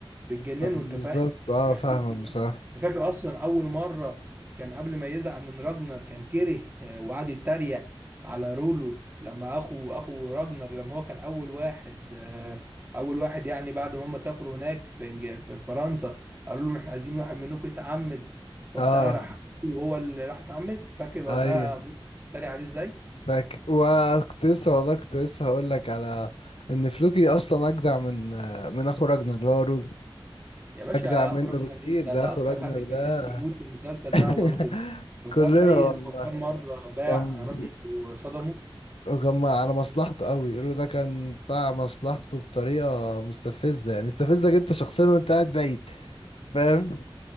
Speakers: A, on the right; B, on the left.
A: بتجننه انت
B: بالظبط
A: فاهم
B: اه
A: الحاجات
B: فاهمك
A: دي
B: بصراحة
A: أنت فاكر اصلا اول مره كان قبل ما يزعل من راجنر كان كره آه، وقعد يتريق على رولو لما اخو اخو راجنر لما هو كان اول واحد آه، اول واحد يعني بعد ما هم سافروا هناك في إنج- في فرنسا قالوا لهم احنا عايزين واحد منكم يتعمد فوقتها
B: اه
A: راح هو اللي راح اتعمد فاكر وقتها
B: ايوه
A: افريقيا اتريق عليه ازاي
B: فاكر وكنت لسه والله كنت لسه هقول لك على ان فلوكي اصلا اجدع من من اخو راجنر اللي هو رول
A: يا باشا
B: اجدع منه
A: اخرجنا
B: بكتير
A: ليه ده
B: ده
A: ده
B: اخو
A: اكتر
B: راجنر
A: حد كان
B: ده
A: نفسي يموت في المسلسل ده
B: <laughs>
A: هو رولد متخيل
B: كلنا والله
A: هو كم مره باع
B: كان
A: ابنه وصدمه
B: وكان على مصلحته قوي رو ده كان بتاع مصلحته بطريقة مستفزة يعني يستفزك انت شخصيا وانت قاعد بعيد فاهم